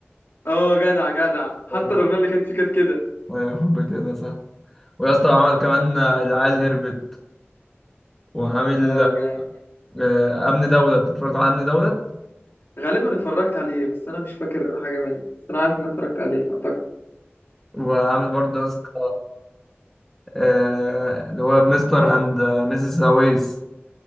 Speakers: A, on the left (about 55°); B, in the centre.
A: اه جدع جدع حتى
B: آه،
A: الاغنيه اللي كانت فيه كانت كده
B: ايوه حب كده صح ويا اسطى عمل كمان العيال هربت وعامل
A: اه جامد
B: آه، امن دولة اتفرجت على امن دولة
A: غالبا اتفرجت عليه بس انا مش فاكر حاجه منه بس انا عارف ان أنا اتفرجت عليه اعتقد
B: وعامل برضه يا اسطى آه، اللي هو مستر اند ميسيس سويس